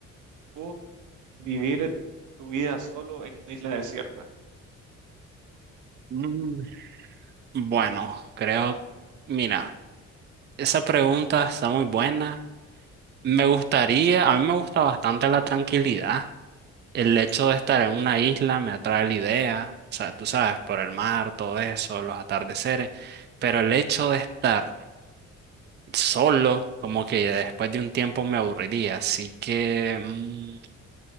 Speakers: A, on the right (about 80°); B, on the right (about 35°).
A: o Vivir tu vida solo en una isla desierta.
B: Mm, Bueno, creo, mira, esa pregunta está muy buena. Me gustaría, a mí me gusta bastante la tranquilidad. El hecho de estar en una isla me atrae la idea, o sea, tú sabes, por el mar, todo eso, los atardeceres, pero el hecho de estar solo, como que después de un tiempo me aburriría, así que mm,